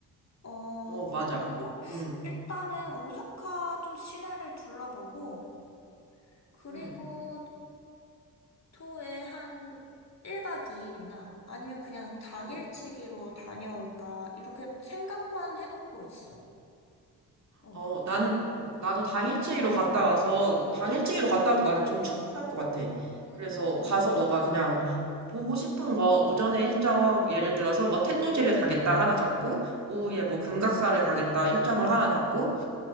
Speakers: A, on the left; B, on the right.
A: 어,
B: 어, 맞아.
A: 그리고
B: 응,
A: 일단은 오사카 좀 시내를 둘러보고, 그리고
B: 응,
A: 교토에 한 1박 2일이나 아니면 그냥 당일치기로
B: 응.
A: 다녀올까, 이렇게 생각만 해놓고 있어. 어.
B: 어, 나는, 나도 당일치기로 갔다 와서, 당일치기로 갔다 와도 나는 좀 충분할 것 같아.
A: 음.
B: 그래서 가서 너가 그냥 보고 싶은 거, 오전에 일정, 예를 들어서 뭐 텐유지를 가겠다 하나 잡고, 오후에
A: 음.
B: 뭐 금각사를 가겠다 일정을 하나 잡고,